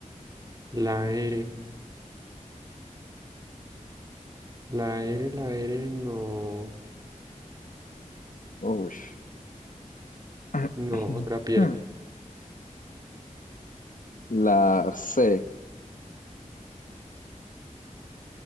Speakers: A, on the right; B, on the left.
A: la R. La R, la R, no.
B: Ush. <clears throat>
A: No, otra pierna.
B: La C.